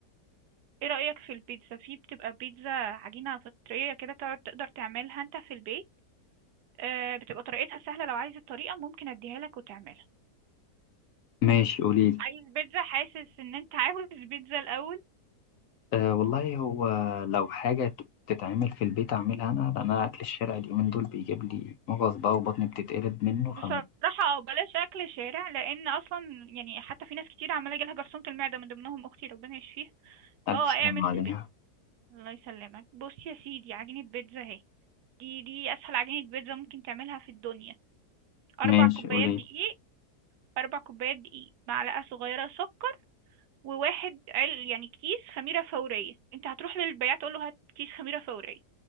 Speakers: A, on the right; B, on the left.
A: ايه رأيك في البيتزا في بتبقى بيتزا عجينة فطرية كده تقعد- تقدر تعملها انت في البيت آه بتبقى طريقتها سهلة لو عايز الطريقة ممكن اديها لك وتعملها
B: ماشي قوليلي
A: عايز بيتزا حاسس ان انت عاوز بيتزا الاول
B: أه والله هو لو حاجة تتعمل في البيت أعملها أنا لأن أنا أكل الشارع اليومين دول بيجيب لي مغص بقى وبطني بتتقلب منه فمن
A: بصراحة او بلاش اكل شارع لان اصلا يعني حتى في ناس كتير عمالة يجيلها جرثومة المعدة من ضمنهم اختي ربنا يشفيها فهو
B: ألف سلامة
A: اعمل في
B: عليها
A: البيت الله يسلمك بص يا سيدي عجينة بيتزا اهي دي دي اسهل عجينة بيتزا ممكن تعملها في الدنيا أربع
B: ماشي
A: كوبايات
B: قوليلي
A: دقيق أربع كوبايات دقيق معلقة صغيرة سكر وواحد عل يعني كيس خميرة فورية أنت هتروح للبياع تقول له هات كيس خميرة فورية